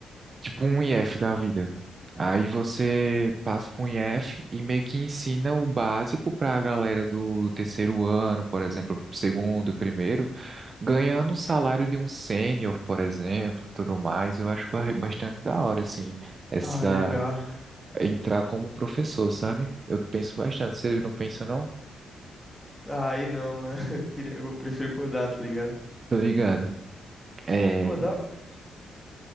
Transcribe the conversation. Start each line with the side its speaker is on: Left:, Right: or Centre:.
Right: tipo um IF da vida. Aí você passa para um IF e meio que ensina o básico para a galera do terceiro ano, por exemplo, segundo, primeiro, ganhando o salário de um sênior, por exemplo, tudo mais. Eu acho ba- bastante da hora, assim, essa
Centre: Ah, legal.
Right: entrar como professor, sabe? Eu penso bastante. Você não pensa, não?
Centre: Ah, Aí não, mano. <laughs> Eu queria, eu prefiro codar, tá ligado?
Right: Tô ligado. É,
Centre: Pô, da hora, mano.